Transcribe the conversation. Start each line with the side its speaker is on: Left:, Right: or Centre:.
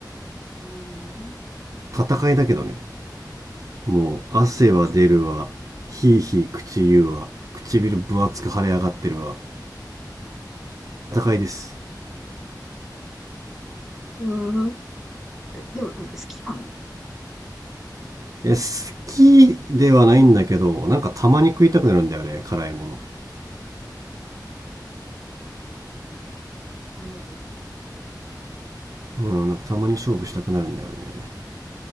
Centre: うーん。
Right: 戦いだけどねもう汗は出るわひいひい口言うわ唇分厚く腫れ上がってるわ
Centre: 全然
Right: 戦いです
Centre: うーん。でも、好きなの
Right: いや好きではないんだけどなんかたまに食いたくなるんだよね辛いもの
Centre: なんだろうね。
Right: うんなんかたまに勝負したくなるんだよね